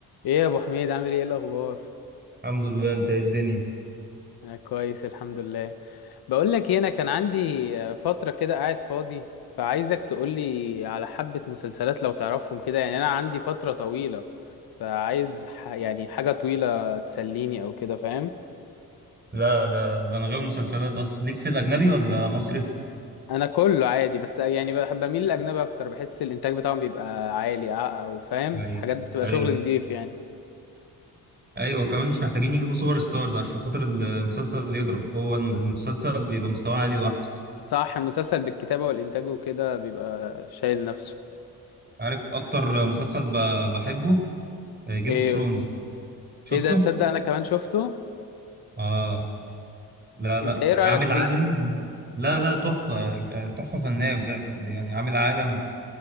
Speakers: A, on the left (about 70°); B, on the right (about 25°).
A: ايه يا ابو حميد عامل ايه الاخبار
B: الحمد لله انت ايه الدنيا
A: انا كويس الحمد لله بقول لك إيه، انا كان عندي آه، فتره كده قاعد فاضي فعايزك تقولي على حبه مسلسلات لو تعرفهم كده يعني انا عندي فتره طويله فعايز ح... يعني حاجه طويله تسليني او كده فاهم
B: لا ده ده انا غاوي مسلسلات اصلا ليك في الاجنبي ولا مصري
A: انا كله عادي بس يعني بحب بميل للاجنبي اكتر بحس الانتاج بتاعهم بيبقى عالي أ- او فاهم
B: ايوه
A: الحاجات بتبقى
B: ايوه
A: شغل نضيف يعني
B: ايوه كمان مش محتاجين يجيبوا سوبر ستارز عشان خاطر المسلسل اللي يضرب هو المسلسل بيبقى مستواه عالي لوحده
A: صح المسلسل بالكتابه والانتاج وكده بيبقى شايل نفسه
B: عارف اكتر مسلسل ب- بحبه جيم
A: ايه
B: اوف ثرونز شفته
A: ايه ده تصدق انا كمان شفته
B: اه لا لا
A: انت ايه
B: عامل
A: رأيك فيه
B: عالم لا لا تحفة آه، تحفة فنية بجد يعني عامل عالم